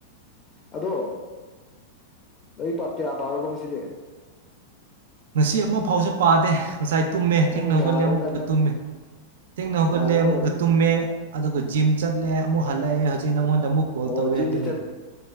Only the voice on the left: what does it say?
ꯑꯗꯣ ꯂꯥꯏꯔꯤꯛ ꯄꯥꯛ ꯀꯌꯥ ꯄꯥꯔꯕꫭ ꯉꯁꯤꯗꯤ꯫
ꯅꯪ
ꯌꯥꯔꯣꯏꯗ
ꯅꯪ
ꯌꯥꯔꯣꯏꯀꯣ
ꯑꯣ
ꯖꯤꯝꯗꯤ